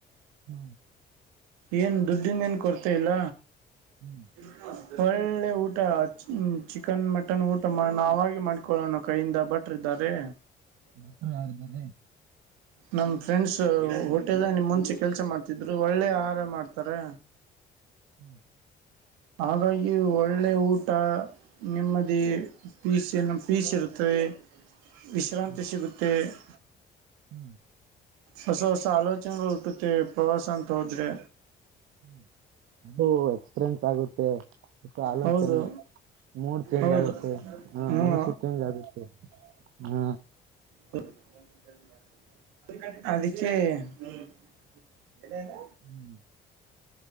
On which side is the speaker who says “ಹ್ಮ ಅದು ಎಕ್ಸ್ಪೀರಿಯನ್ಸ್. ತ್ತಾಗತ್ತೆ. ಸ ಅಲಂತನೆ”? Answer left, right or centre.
Right